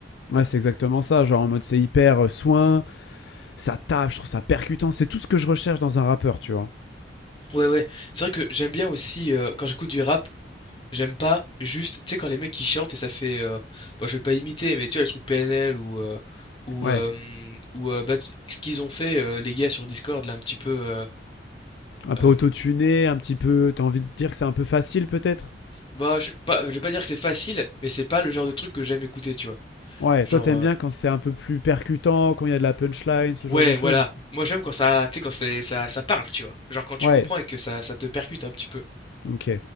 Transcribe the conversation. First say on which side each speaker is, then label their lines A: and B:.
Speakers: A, on the left; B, on the left.
A: Ouais, c'est exactement ça. Genre, en mode, c'est hyper euh, soin, ça tape, je trouve ça percutant. C'est tout ce que je recherche dans un rappeur, tu vois.
B: Ouais, ouais. C'est vrai que j'aime bien aussi euh, quand j'écoute du rap. J'aime pas juste, tu sais, quand les mecs ils chantent et ça fait, euh, bon, je vais pas imiter, mais tu vois, le truc PNL ou, euh, ou,
A: Ouais.
B: euh, ou euh, bah, tu- ce qu'ils ont fait, euh, les gars sur Discord, là, un petit peu, euh,
A: Un peu
B: euh,
A: autotuné, un petit peu. T'as envie de dire que c'est un peu facile, peut-être
B: bah, je, pas- je vais pas dire que c'est facile, mais c'est pas le genre de truc que j'aime écouter, tu vois.
A: Ouais.
B: Genre,
A: Toi, t'aimes
B: euh,
A: bien quand c'est un peu plus percutant, quand il y a de la punchline, ce genre
B: ouais,
A: de choses
B: voilà. Moi, j'aime quand ça, tu sais, quand c'est, ça, ça parle, tu vois. Genre, quand tu
A: Ouais.
B: comprends et que ça, ça te percute un petit peu.
A: Ok.